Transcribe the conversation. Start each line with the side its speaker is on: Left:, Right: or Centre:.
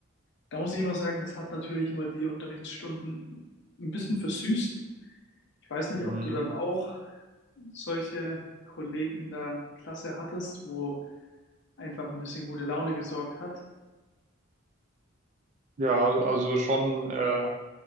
Left: Da muss ich immer sagen, das hat natürlich immer die Unterrichtsstunden ein bisschen versüßt. Ich weiß nicht,
Right: Mhm.
Left: ob du dann auch solche Kollegen in der Klasse hattest, wo einfach ein bisschen gute Laune gesorgt hat.
Right: Ja, also schon. Äh,